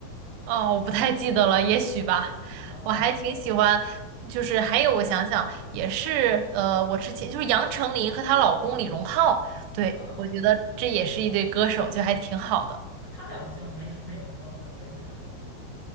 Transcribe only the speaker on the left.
个啊，
我
啊，
他俩好像没没有什么绯闻传出来吧？